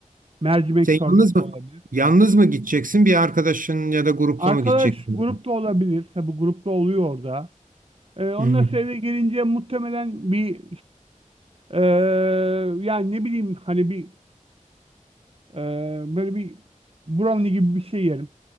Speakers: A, on the right; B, on the right.
A: Mercimek
B: Sen yalnız
A: çorbası
B: mı
A: olabilir.
B: yalnız mı gideceksin? Bir arkadaşın ya da grupla
A: Arkadaş
B: mı gideceksin?
A: grupta olabilir. Tabii grupta oluyor orada. Ee, ondan
B: Hı.
A: sonra eve gelince muhtemelen bir eee, yani ne bileyim hani bir eee, böyle bir brownie gibi bir şey yerim